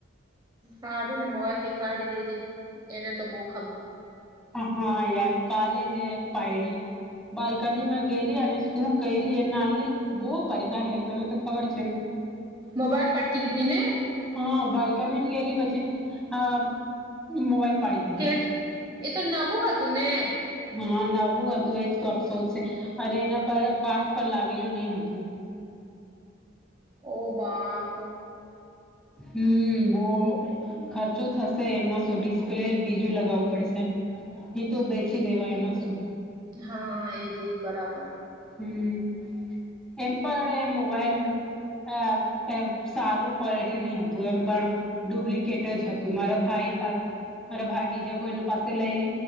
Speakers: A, on the right (about 20°); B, in the centre.
A: હધું ને મોબાઈલ દેખાડી દેજે એને તો બોક
B: હા યાર કાલેજ પાયડી બાલ્કની માં ગેલી અને શું કરી એ નાલની બહુ પરેશાન કર તને તો ખબર છે ને હ
A: મોબાઈલ પટકી દીને
B: હા બાલ્કની ગયલી પછી આ મોબાઈલ પાડી દીધું
A: કે એ તો નવું હતું ને
B: હા નવું હતું એજ તો અફસોસ છે અને એના પર કાચ પર લાગેલું નહી હતું
A: ઓ બાપ
B: હમ બો ખર્ચો થશે એમાં શું ડિસ્પ્લે બીજું લગાવું પડશે એ તો બેચી દેવા એમાં શું
A: હા એજ એજ બરાબર
B: હમ એમ પણ મોબાઈલ આ એ સારું ક્વોલિટી નની હતું એમ પણ ડુપ્લિકેટ જ હતું મારા ભાઈ મારા ભાઈ બીજા કોઈને પાસે લઈ